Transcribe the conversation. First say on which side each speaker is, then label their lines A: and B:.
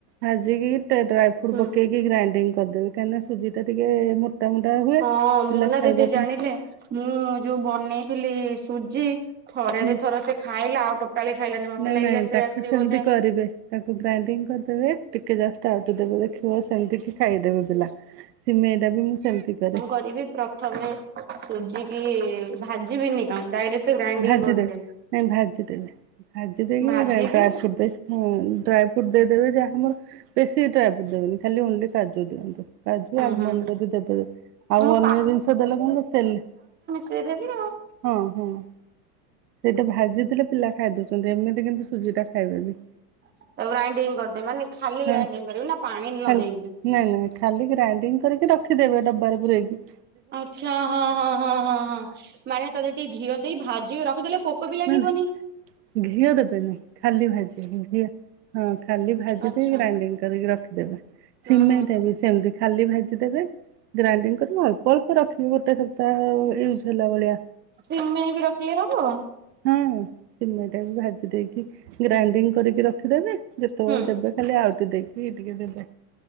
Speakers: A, on the right (about 80°); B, on the right (about 20°).
A: ଭାଜିକି ଟ ଟେ ସେୁଟୁ
B: ହୁଁ
A: ପକେଇକି ଗ୍ରାଇଣ୍ଡିଙ୍ଗ କରିଦେବି କାହିଁକିନା ସୁଜିଟା ଟିକେ ମୋଟା। ମୋଟା ହୁଏ।
B: ହଁ ମୁଁ
A: ପିଲା
B: ନା
A: ଖାଇବାକୁ
B: ଦିଦି ଜାଣିଲେ ମୁଁ ଯୋଉ ବନେଇଥିଲି ସୁଜି। ଥରେ
A: ହୁଁ।
B: ଦି ଥର ସେ ଖାଇଲା ଆଉ ଟୋଟାଲି ଖାଇଲାନି। ମତେ
A: ନାଇଁ
B: ଲାଗିଲା
A: ନାଇଁ ତାକୁ
B: ସେ ଆସି
A: ସେମିତି
B: ବୋଧେ
A: କରିବେ ତାକୁ ଗ୍ରାଇଣ୍ଡିଙ୍ଗ କରିଦେବେ। ଟିକେ ଜଷ୍ଟଆଉଟି ଦେବେ ଦେଖିବ ସେମିତି କିି ଖାଇଦେବେ ପିଲା, ସିମେଇଟା ବି ମୁଁ ସେମିତି କରେ।
B: କରିବେ ପ୍ର ପ୍ରଥମେ ସୁଝିକି ଭାଜିବିନି ଆଉ ଡାଇରେକ୍ଟ ଗ୍ରାଇଣ୍ଡିଙ୍ଗ
A: ଭାଜି
B: କରିଦେବି
A: ଦେବେ ନାଇଁ ଭାଜି ଦେବେ ଭାଜି ଦେଇକି
B: ଭାଜିକି
A: ପ୍ରାୟ ଫୁଟଦେ ହୁଁ ଡ୍ରାଇ ଫ୍ରୁଟ୍ ଦେଇଦେବେ ଯାହାମର ବେଶୀ ଡ୍ରାଇ ଫ୍ରୁଟ୍ ଦେବେନି ଖାଲି ଓନ୍ଲି କାଜୁ ଦେଇଦିଅନ୍ତୁ। କାଜୁ
B: ହୁଁ
A: ଆଲମଣ୍ଡ
B: ହୁଁ
A: ଯଦି ଦେବେ ଆଉ
B: ମୁଁ
A: ଅନ୍ୟ ଜିନିଷ ଦେଲେ କଣ ତେଲ
B: ଦେଇଦେବି ଆଉ।
A: ହଁ ହଁ ସେଇଟା ଭାଜିଥିଲେ ପିଲା ଖାଇ ଦଉଛନ୍ତି ଏମିତି କିନ୍ତୁ ସୁଜିଟା ଖାଇବେନି।
B: ତାକୁ ଗ୍ରାଇଡିଙ୍ଗ କରିଦେବି ମାନେ ଖାଲି ଗ୍ରାଇଡିଂ
A: ହଁ
B: କରିବି ନା ପାଣି ନଦେଇବି?
A: ଖାଲି ନାଇଁ ନାଇଁ ଖାଲି ଗ୍ରାଇଣ୍ଡିଙ୍ଗ କରିକି ରଖିଦେବେ ଡବାରେ ପୂରେଇକି।
B: ଆଚ୍ଛା ହଁ ହଁ ହଁ ହଁ ହଁ ମାନେ ତତେ ଟିକେ ଘିଅ ଦେଇ ଭାଜିକି ରଖିଦେଲେ ପୋକ ବି ଲାଗିବନି।
A: ନାଇଁ ଘିଅ ଦେବେନି ଖାଲି ଭାଜିିବେ ଘିଅ। ହଁ ଖାଲି ଭାଜି
B: ଆଚ୍ଛା।
A: ଦେଇକି ଗ୍ରାଇଣ୍ଡିଙ୍ଗ କରିକି ରଖିଦବେ
B: ହୁଁ
A: ସିମେଟା ବି ସେମିତି। ଖାଲି ଭାଜିଦେବେ ଗ୍ରାଇଣ୍ଡିଙ୍ଗ କରିବେ ଅଳ୍ପ ଅଳ୍ପ ରଖିବେ ଗୋଟେ ସପ୍ତାହ ୟୁଜ୍ ହେଲା ଭଳିଆ।
B: ସିମେଇ ବି ରଖିଲେ ହବ?
A: ହୁଁ, ସିମେଇ ଟା ବି ଭାଜି ଦେଇକି ଗ୍ରାଇଣ୍ଡିଙ୍ଗ କରିକି ରଖିଦେବେ ଯେତେବେଳେ
B: ହୁଁ
A: ଦେବେ ଖାଲି ଆଉଟି ଦେଇକି କି ଟିକେ ଦେବେ,